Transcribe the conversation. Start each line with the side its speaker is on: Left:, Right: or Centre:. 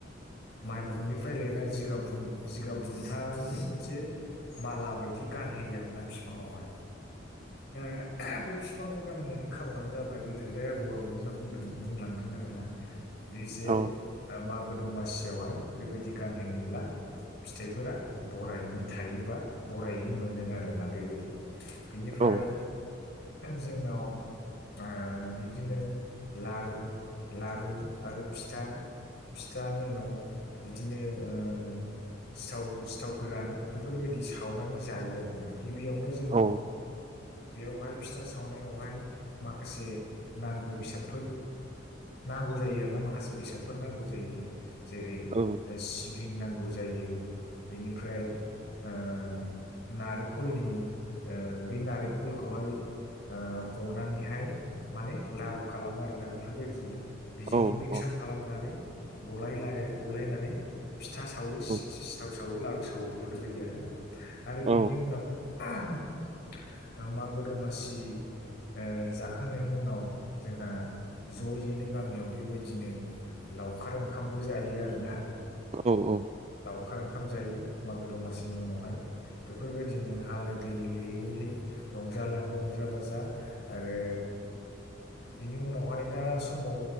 Left: माइरंनिफ्राय लायना जिगाब जिगाब बुन्थानि मोनसे माला बायदि गानहोयो आरोना बिफाङावहाय दा बे बिफांखौ गानहोनायनि खारनानो जाबाय गोदो गोदाय आबौ आबैमोनना बुंदों बुंलांदों आरोना बे जे
Right: औ
Left: मागो दमासियावहाय बेबायदि गानहैयोब्ला फिथाइफोरा बरायैनो थायोबा बरायै मोनो आरोना बेबायदि बिनिफ्राय
Right: औ
Left: जोंनाव ओ बिब्दिनो ला रु लारु आरो फिथा फिथानि उनाव बिदिनो ओ सिथाव सिथाव गोरान बेफोरबायदि सावनानै जायो आरोना गिबियावनो जोङो
Right: औ
Left: बेयावहाय फिथा सावनायावहाय माखासे नांगौ बेसादफोर नांगौ जायो आरो ना माखासे बेसादफोर नांगौ जायो जेरै
Right: औ
Left: सिबिं नांगौ जायो बिनिफ्राय ओ नारेंखलनि बै नारेंखलखौहाय ओ हनानैहाय माने लारु खालामो आरोना बे बेफोरबायदिनो बेजोंनो
Right: औ
Left: मिक्स
Right: औ
Left: आप खालामनानै गाय गलायनानै फिथा सावो सिथाव
Right: औ
Left: सावो लारु सावो बेफोरबायदि आरोना आरो
Right: औ
Left: बिनि उनाव उम मागो दमासि ओ जाखांनायनि उनाव जोंहा ज'यैनो गामियाव बेबायदिनो लावखार ओंखामबो जायो आरोना
Right: औ औ
Left: लावखार ओंखाम जायो मागो दमासिनि उनावहाय बेफोरबायदिनो हालो दैलोयैहाय रंजालाङो रंजा बाजा आरो बिनि उनावहाय दा समाव